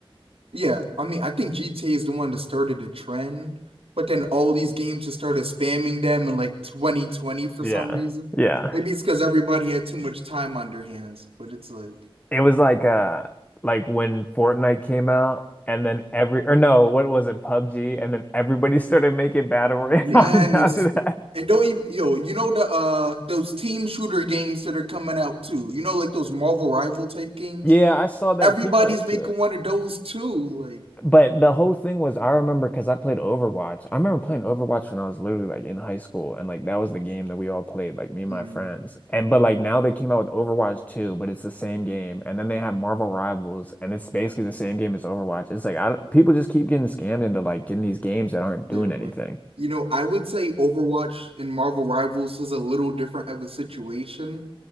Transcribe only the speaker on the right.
Yeah, I mean, I think GTA is the one that started the trend, but then all these games just started spamming them in like 2020 for
some reason.
Maybe it's because everybody had too much time on their hands, but it's like,
yes.
And don't even, yo, you know the uh those team shooter games that are coming out too. You know, like those Marvel Rival type games?
everybody's
making
one of those too. Like,
mm,
yeah,
but you know, I would say Overwatch and Marvel Rivals is a little different of a situation